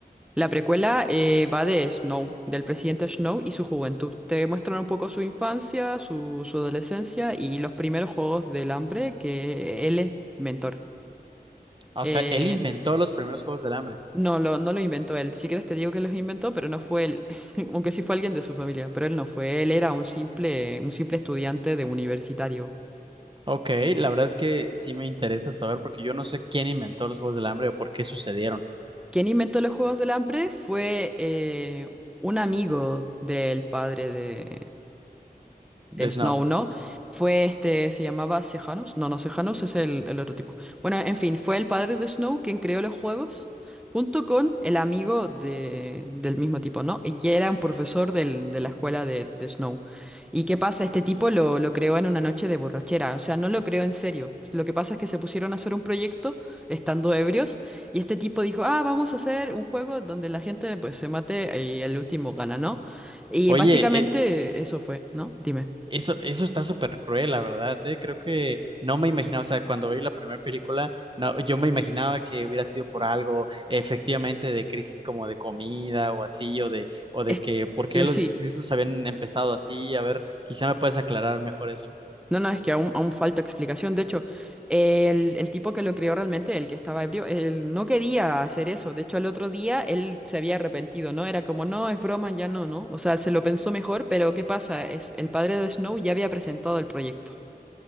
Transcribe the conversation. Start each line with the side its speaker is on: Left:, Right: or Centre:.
Centre: La precuela eh, va de Snow, del presidente Snow y su juventud. Te muestran un poco su infancia, su, su adolescencia y los primeros Juegos del Hambre que él es mentor.
Right: Ah,
Centre: Eh,
Right: O sea, él inventó los primeros Juegos del Hambre.
Centre: No lo, no lo inventó él. Si quieres te digo que los inventó, pero no fue él. <laughs> Aunque sí fue alguien de su familia, pero él no fue. Él era un simple, un simple estudiante de universitario.
Right: Ok, la verdad es que sí me interesa saber porque yo no sé quién inventó los Juegos del Hambre o por qué sucedieron.
Centre: Quien inventó los juegos del hambre fue eh, un amigo del padre de, de
Right: de
Centre: Snow,
Right: Snow.
Centre: ¿no? Fue este, se llamaba Sejanus. No, no, Sejanus es el, el otro tipo. Bueno, en fin, fue el padre de Snow quien creó los juegos junto con el amigo de, del mismo tipo, ¿no? Y que era un profesor del- de la escuela de, de Snow. ¿Y qué pasa? Este tipo lo, lo creó en una noche de borrachera, o sea, no lo creó en serio. Lo que pasa es que se pusieron a hacer un proyecto estando ebrios y este tipo dijo, ah, vamos a hacer un juego donde la gente pues se mate y el último gana, ¿no? Y
Right: Oye,
Centre: básicamente
Right: eh,
Centre: eso fue, ¿no? Dime.
Right: eso, eso está súper cruel, la verdad, eh. Creo que no me imaginaba, o sea, cuando vi la primera película, no, yo me imaginaba que hubiera sido por algo, efectivamente, de crisis como de comida o así, o de, o de
Centre: Es
Right: que por qué
Centre: que
Right: los
Centre: sí.
Right: distritos habían empezado así. A ver, quizá me puedes aclarar mejor eso.
Centre: No, no, es que aún, aún falta explicación. De hecho, el, el tipo que lo creó realmente, el que estaba ebrio, él no quería hacer eso. De hecho, al otro día él se había arrepentido, ¿no? Era como, no, es broma, ya no, ¿no? O sea, se lo pensó mejor, pero ¿qué pasa? Es, el padre de Snow ya había presentado el proyecto.